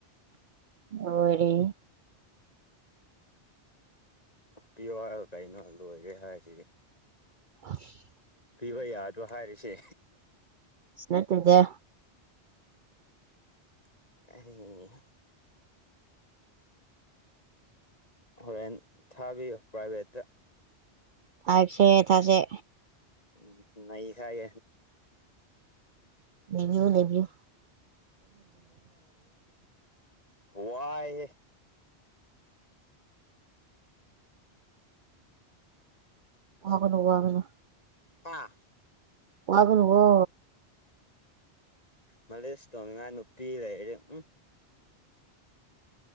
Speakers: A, on the right; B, on the left.
A: ꯑꯣꯔꯤ
B: ꯄꯤ ꯀꯩꯅꯣ ꯂꯣꯏꯔꯦ ꯍꯥꯏꯁꯤꯗꯤ
A: <inaudible>
B: ꯄꯤꯕ ꯌꯥꯗꯣ ꯍꯥꯏꯔꯤꯁꯦ
A: ꯁꯅꯇꯔꯒꯦ
B: <inaudible> ꯍꯣꯔꯦꯟ ꯊꯥꯕꯤꯌꯣꯨ ꯄ꯭ꯔꯥꯏꯚꯦꯠꯇ
A: ꯊꯁꯦ ꯊꯁꯦ
B: ꯎꯝ ꯅ ꯍꯥꯏ
A: ꯅꯕꯤꯌ ꯂꯩꯕꯤꯌ
B: ꯋꯥꯏ
A: ꯋꯥꯒꯅ ꯋꯥꯒꯅ
B: ꯍꯥꯥ
A: ꯋꯥꯒꯅ ꯍꯣ
B: ꯃꯂꯁꯨ ꯇꯣꯃꯤ ꯃꯥ ꯅꯨꯄꯤꯤ ꯍꯥꯏꯔꯦ ꯎꯝ